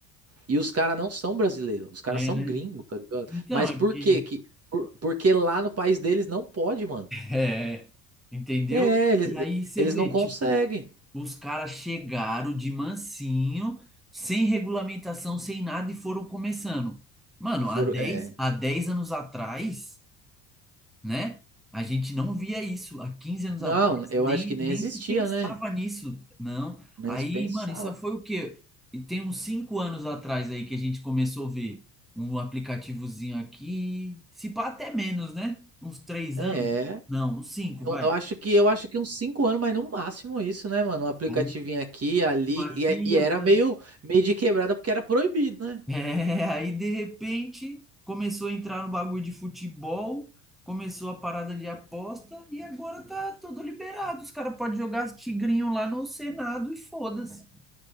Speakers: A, on the right (about 30°); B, in the centre.
A: E os caras não são brasileiros, os caras
B: É,
A: são
B: né?
A: gringos, tá ligado?
B: Então,
A: Mas
B: é
A: por
B: porque.
A: quê? Que, por- porque lá no país deles não pode, mano.
B: É, entendeu?
A: É, eles,
B: E aí você
A: eles
B: vê,
A: não conseguem.
B: tipo, os caras chegaram de mansinho, sem regulamentação, sem nada, e foram começando. Mano,
A: E
B: há
A: foram,
B: dez
A: é.
B: há 10 anos atrás. né? A gente não via isso há 15 anos
A: Não,
B: atrás,
A: eu
B: nem,
A: acho que nem
B: nem
A: existia,
B: se pensava
A: né?
B: nisso, não.
A: Nem
B: Aí,
A: se pensava.
B: mano, isso foi o quê? E tem uns 5 anos atrás aí que a gente começou a ver um aplicativozinho aqui, se pá até menos, né? Uns três
A: É.
B: anos? Não, uns 5
A: Eu,
B: vai.
A: eu acho que eu acho que uns cinco anos, mas no máximo isso, né, mano? Um aplicativinho
B: Aí,
A: aqui, ali.
B: um aqui,
A: E, é, e
B: outro
A: era meio, meio de quebrada porque era proibido, né?
B: É, <laughs> aí de repente começou a entrar no bagulho de futebol, começou a parada de aposta e agora tá tudo liberado. Os caras podem jogar tigrinho lá no Senado e foda-se.